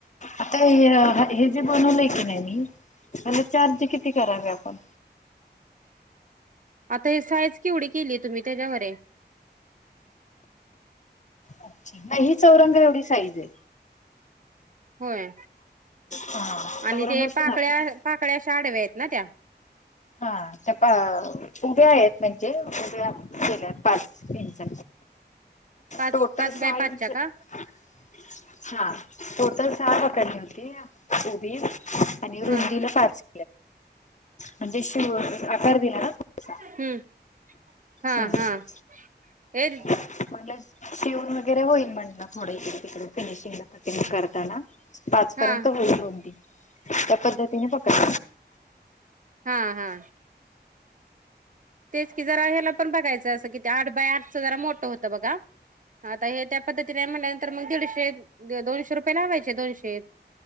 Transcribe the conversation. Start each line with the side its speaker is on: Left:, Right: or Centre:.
Left: आता हे जे बनवलंय की नाही मी त्याला चार्ज किती करावे आपण
Right: आता हे साईज केवढी केली तुम्ही त्याच्यावर आहे
Left: अच्छा नाही ही चौरंग एवढी साईज आहे
Right: होय
Left: हा
Right: आणि
Left: चौरंग
Right: ते
Left: असतो
Right: पाकळ्या
Left: ना आपला
Right: पाकळ्या अशा आडव्या आहेत ना त्या?
Left: हा त्या पा उभ्या आहेत म्हणजे उभ्या केल्या पाच इंच
Right: पाच
Left: टोटल
Right: पाच
Left: सहा
Right: बाय
Left: इंच
Right: पाचच्या
Left: हा.
Right: का
Left: टोटल सहा बकरनी होती उबी आणि रुंदीला
Right: हा
Left: पाच म्हणजे शिव आकार दिला ना थोडासा
Right: हम्म हा,
Left: हम्म
Right: हा हे
Left: म्हणलं शिवून वगैरे होईल म्हणल थोड इकडे तिकडे फिनिशिंगला. ते मी करताना पाचपर्यंत
Right: हा
Left: होईल रुम ती त्या पद्धतीने पकड
Right: हा, हा तेच की जरा ह्याला पण बघायचं असं किती आठ बाय आठचं जरा मोठं होतं बघा. आता हे त्या पद्धतीने म्हटल्यानंतर मग दीडशे दोनशे रुपये लावायचे दोनशे